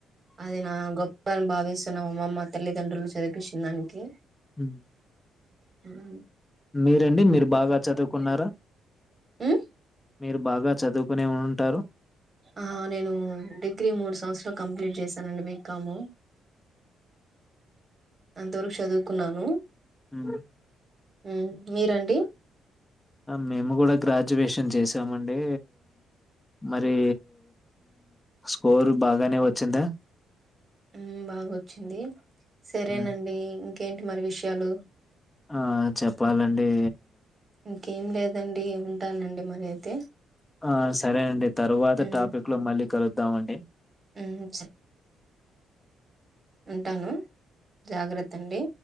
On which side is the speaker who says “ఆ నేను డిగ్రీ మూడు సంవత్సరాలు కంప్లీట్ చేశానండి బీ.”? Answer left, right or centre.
Right